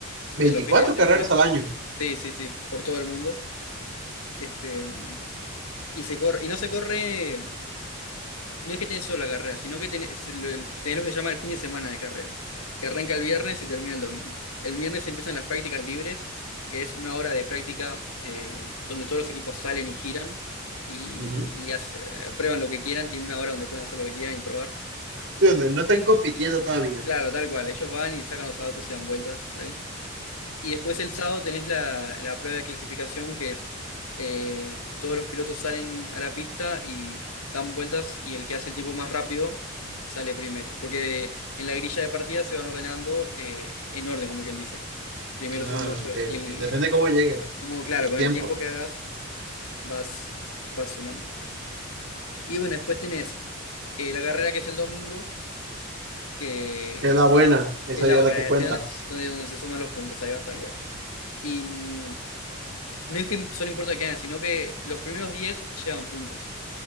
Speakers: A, on the left; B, on the right.
A: en
B: 24
A: los fines de semana.
B: carreras al año.
A: Sí, sí, sí, por todo el mundo. Este, y se corre, y no se corre No es que tenés solo la carrera, sino que tenés, lo tenés lo que se llama el fin de semana de carrera, que arranca el viernes y termina el domingo. El viernes empiezan las prácticas libres, que es una hora de práctica eh, donde todos los equipos salen y giran y,
B: Ujú.
A: y hace- prueban lo que quieran, tienen una hora donde pueden hacer lo que quieran y probar.
B: Sí, donde no están compitiendo todavía. pues.
A: Claro, tal cual, ellos van y sacan los autos y dan vueltas ahí. Y después el sábado tenés la, la prueba de clasificación, que es eh, todos los pilotos salen a la pista y dan vueltas y el que hace el tiempo más rápido sale primero. Porque en la grilla de partida se van ordenando eh, en orden, como quien dice. Primero,
B: Ah,
A: segundo, tercero.
B: ok,
A: Y
B: ok. Depende
A: el,
B: cómo llegues, pues,
A: como
B: que
A: claro,
B: tus
A: con
B: tiempos.
A: el tiempo que hagas vas, vas sumando. Y bueno, después tenés eh, la carrera que es el domingo, que
B: Que es la buena, esa
A: es la
B: ya es
A: buena,
B: la que cuenta.
A: es donde se, donde, donde se suman los puntos, ahí va tal cual. Y mm, no es que son importa que ganan, sino que los primeros 10 llevan puntos.